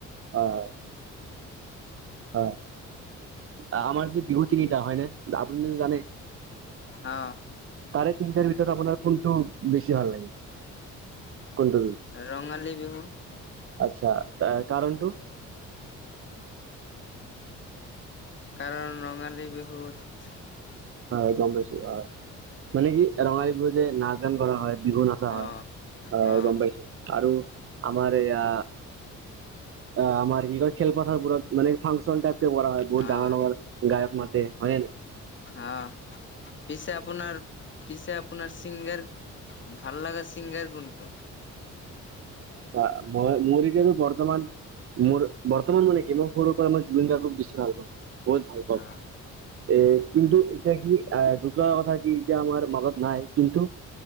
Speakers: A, on the right; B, on the left.
A: হয় হয় আমাৰ যে বিভতি নিটা হয় ন আপুনি যদি জানে
B: অ
A: তাৰে তিনিটাৰ ভিতৰত আপোনাৰ কোনটো বেছি ভাল লাগে
B: ৰঙালী বিহু
A: আচ্ছা এ কাৰণটো
B: কাৰণ ৰঙালী বিহুত
A: হয় গম পাইছো হয় মানে কি ৰঙালী বিহু যে নাচ গান কৰা হয় বিহু নাচা হয়
B: অ
A: হয়
B: অ
A: গম পাইছো আৰু আমাৰ এয়া অ আমাৰ কি কয় খেলপথাৰবোৰত মানে ফাংচন টাইপ কৰা হয় বহুত
B: অ
A: ডাঙৰ ডাঙৰ গায়ক মাতে হয়নে
B: অ পিছে আপোনাৰ পিছে আপোনাৰ চিংগাৰ ভাল লাগা চিংগাৰ কোনটো
A: আচ্ছা ম মৰিতো বৰ্তমান মোৰ বৰ্তমান মানে কি মই সৰুৰ পৰা মই জুবিন গাৰ্গটোক বেছি ভাল পাওঁ বহুত ভাল পাওঁ
B: অ
A: এ কিন্তু এতিয়া কি আহ ঢুক কথা কি এতিয়া আমাৰ মাজত নাই কিন্তু